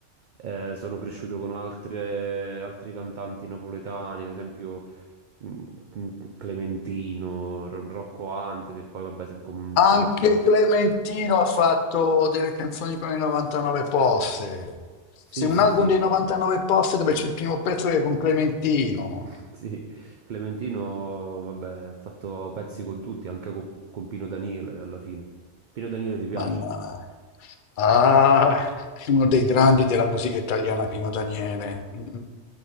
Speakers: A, on the right; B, on the left.
A: eh, sono cresciuto con altre... altri cantanti napoletani, ad esempio mm, mm, Clementino, Ro- Rocco Hunt, che poi vabbè si è com-
B: Anche
A: commercializzato.
B: Clementino ha fatto delle canzoni con i 99 posse.
A: Sì,
B: C'è un
A: sì,
B: album
A: sì.
B: dei 99 posse dove c'è il primo pezzo che è con Clementino.
A: <laughs> Sì, Clementino, vabbè, ha fatto pezzi con tutti, anche co- con, Pino Daniele alla fine. Pino Daniele ti piace?
B: Mannaggia. Ah, è uno dei grandi della musica italiana, Pino Daniele. Mm.